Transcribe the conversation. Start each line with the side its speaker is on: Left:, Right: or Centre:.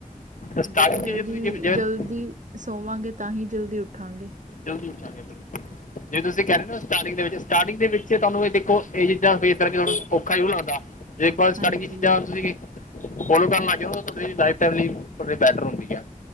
Left: ਸਟਾਰਟਿੰਗ
Right: ਦੇਖ ਜਲਦੀ
Left: ਜੇ ਤੁਸੀਂ ਜੇ ਜੇ-
Right: ਜਲਦੀ ਸੋਵਾਂਗੇ ਤਾਂ ਹੀ ਜਲਦੀ ਉੱਠਾਂਗੇ।
Left: ਜਲਦੀ ਉਠਾਂਗੇ ਜਿਵੇਂ ਤੁਸੀਂ ਕਹਿ ਰਹੇ ਹੋ ਨਾ ਸਟਾਰਟਿੰਗ ਦੇ ਵਿੱਚ, ਸਟਾਰਟਿੰਗ ਦੇ ਵਿੱਚ ਤੁਹਾਨੂੰ ਇਹ ਦੇਖੋ, ਇਹ ਚੀਜ਼ਾਂ ਫੇਸ ਕਰਕੇ ਥੋੜਾ ਔਖਾ ਹੀ <unintelligible> ਲੱਗਦਾ। ਦੇਖੋ <unintelligible> ਸੜਕੀਆਂ
Right: ਹਾਂਜੀ,
Left: ਚੀਜ਼ਾਂ ਤੁਸੀਂ ਫੋਲੋ ਕਰਨ ਲੱਗ ਜਾਓ ਨਾ ਥੋੜੀ ਜੀ ਲਾਈਵ ਟੈਲੀ ਬੈਟਰ ਹੁੰਦੀ ਆ